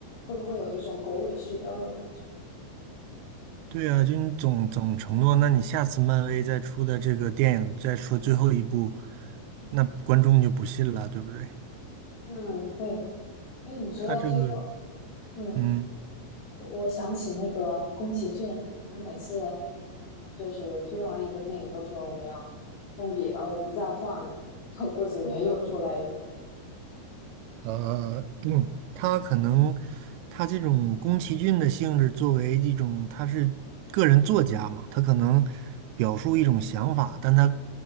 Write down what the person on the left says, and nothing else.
会不会有一种狗尾续貂的感觉？
嗯，
嗯对，哎，你说到这个，
嗯。
我我想起那个宫崎骏，他每次就是推完一个电影都说我要封笔了，我不再画了，然后过几年又出来一个，